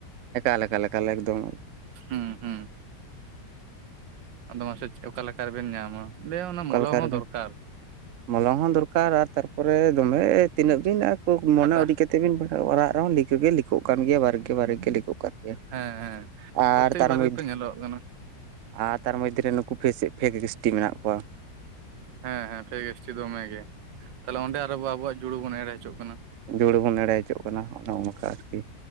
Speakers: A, on the right; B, on the right.
A: ᱮᱠᱟᱞ ᱮᱠᱟᱞ ᱮᱠᱟᱞ ᱮᱠᱫᱚᱢ
B: ᱦᱩᱸ ᱦᱩᱸ ᱟᱫᱚ ᱢᱟᱥᱮ ᱪᱮᱫ ᱚᱠᱟ ᱞᱮᱠᱟ ᱨᱮᱵᱮᱱ ᱧᱟᱢᱟ ᱞᱮᱭ ᱚᱱᱟ
A: ᱚᱠᱟ
B: ᱢᱚᱞᱚᱝ
A: ᱞᱮᱠᱟ
B: ᱦᱚᱸ
A: ᱨᱮᱵᱤᱱ
B: ᱫᱚᱨᱠᱟᱨ
A: ᱢᱚᱞᱚᱝ ᱦᱚᱸ ᱫᱚᱨᱠᱟᱨ ᱟᱨ ᱛᱟᱨᱯᱚᱨᱮ ᱫᱚᱢᱮ ᱛᱤᱱᱟᱹᱜ ᱫᱤᱱ ᱢᱚᱱᱮ
B: ᱦᱟᱴᱟᱜ
A: ᱩᱨᱤᱡ ᱠᱟᱛᱮ ᱛᱮ ᱵᱤᱱ ᱯᱟᱲᱦᱟᱜ ᱵᱟᱲᱟᱜ ᱨᱮᱦᱚᱸ ᱞᱤᱠᱚ ᱜᱮ ᱞᱤᱠᱚᱜ ᱠᱟᱱ ᱜᱮᱭᱟ ᱵᱟᱨᱮᱠᱮ ᱵᱟᱨᱮᱠᱮ ᱞᱤᱠᱚᱜ ᱠᱟᱱ ᱜᱮᱭᱟ
B: ᱦᱮᱸ ᱦᱮᱸ
A: ᱟᱨ
B: ᱯᱨᱚᱛᱮᱠ
A: ᱛᱟᱨ
B: ᱵᱟᱨ
A: ᱢᱚᱫᱽᱫᱷᱮ
B: ᱜᱮᱛᱚ ᱧᱮᱞᱚᱜᱚᱜ ᱠᱟᱱᱟ
A: ᱟᱨ ᱛᱟᱨ ᱢᱚᱫᱽᱫᱷᱮ ᱨᱮ ᱱᱩᱠᱩ ᱯᱷᱮᱥ ᱯᱷᱮᱠ ᱮᱥᱴᱤ ᱢᱮᱱᱟᱜ ᱠᱚᱣᱟ
B: ᱦᱮᱸ ᱦᱮᱸ ᱯᱷᱮᱠ ᱮᱥᱴᱤ ᱫᱚᱢᱮ ᱜᱮ ᱛᱟᱦᱚᱞᱮ ᱚᱸᱰᱮ ᱟᱨᱚ ᱟᱵᱚᱣᱟᱜ ᱡᱩᱲᱩ ᱵᱚᱱ ᱮᱲᱮ ᱦᱚᱪᱚᱜ ᱠᱟᱱᱟ
A: ᱡᱩᱲᱩ ᱵᱚᱱ ᱮᱲᱮ ᱦᱚᱪᱚᱜ ᱠᱟᱱᱟ ᱚᱱᱮ ᱚᱱᱠᱟ ᱟᱨᱠᱤ